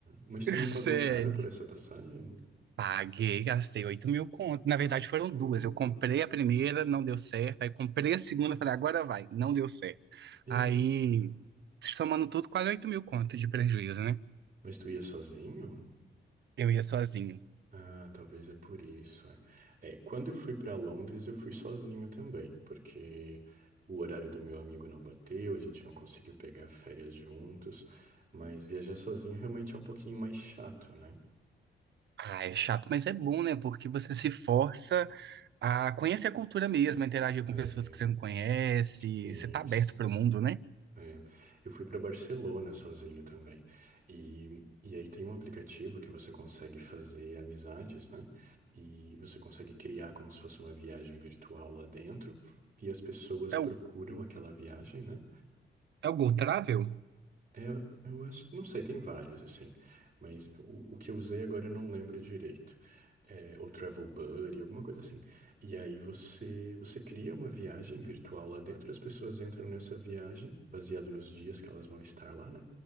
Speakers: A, on the right; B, on the right.
A: Mas
B: <laughs>
A: tu não pagou
B: Sei.
A: caro por essa passagem?
B: Paguei, gastei 8 mil conto. Na verdade, foram duas.
A: Hugo.
B: Eu comprei a primeira, não deu certo. Aí comprei a segunda, falei, agora vai, não deu certo.
A: Eita.
B: Aí, somando tudo, quase 8 mil conto de prejuízo, né?
A: Mas tu ia sozinho?
B: Eu ia sozinho.
A: Ah, talvez é por isso. É, É, quando eu fui para Londres, eu fui sozinho também, porque o horário do meu amigo não bateu, a gente não conseguiu pegar férias juntos, mas viajar sozinho realmente é um pouquinho mais chato, né?
B: Ah, é chato, mas é bom, né? Porque você se força a conhecer a cultura mesmo, a interagir
A: É,
B: com pessoas que você não conhece,
A: sim,
B: você tá aberto
A: sim.
B: pro mundo, né?
A: É, eu fui para Barcelona sozinho também. E, e aí tem um aplicativo que você consegue fazer amizades, né? E você consegue criar como se fosse uma viagem virtual lá dentro. E as pessoas
B: É
A: procuram
B: o,
A: aquela viagem, né?
B: é o Go Travel?
A: É, eu acho, não sei, tem vários, assim, mas o, o que eu usei agora eu não lembro direito. É, ou Travel Buddy, alguma coisa assim. E aí você, você cria uma viagem virtual lá dentro, as pessoas entram nessa viagem, baseado nos dias que elas vão estar lá, né?